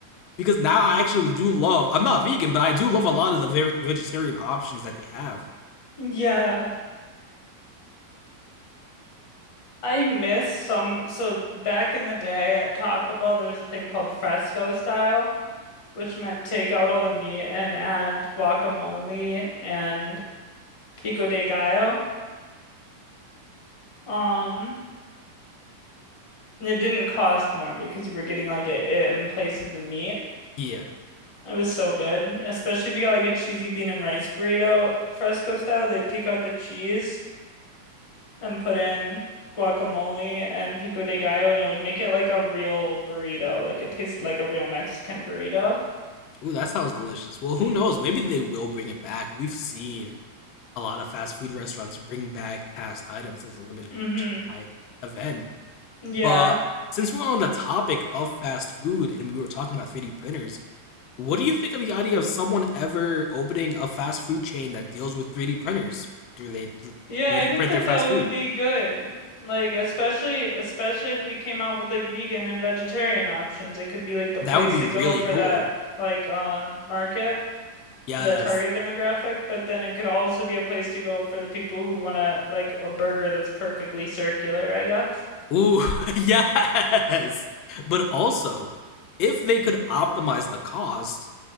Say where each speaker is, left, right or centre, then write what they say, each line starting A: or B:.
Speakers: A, on the left (about 45°); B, on the left (about 60°).
A: because now I actually do love I'm not vegan, but I do love a lot of the vegetarian options that they have.
B: Yeah. I miss some. So back in the day at Taco Bell, there was a thing called fresco style. which meant take out all the meat and add guacamole and pico de gallo. Um, and it didn't cost more because you were getting like it it in place of the meat.
A: Yeah.
B: It was so good, especially if you got like a cheesy bean and rice burrito, fresco style. They'd take out the cheese and put in guacamole and pico de gallo, and it would make it like a real burrito. Like it tasted like a real Mexican burrito.
A: Ooh, that sounds delicious. Well, who
B: Mm,
A: knows? Maybe they will bring it back. We've seen a lot of fast food restaurants bring back past items as a limited
B: Mm-hmm.
A: edition type event.
B: Yeah.
A: But since we're on the topic of fast food and we were talking about 3D printers, what do you think of the idea of someone ever opening a fast food chain that deals with 3D printers? Do they
B: Yeah,
A: 3D
B: I think
A: print
B: that
A: their fast
B: that would
A: food?
B: be good. Like especially especially if we came out with like vegan and vegetarian options, it could be like the place
A: That would be
B: to
A: really
B: go for
A: cool.
B: that like uh market,
A: Yes.
B: that target demographic, but then it could also be a place to go for the people who want to like a burger that's perfectly circular, I guess.
A: Ooh, <laughs> yes. But also, if they could optimize the cost,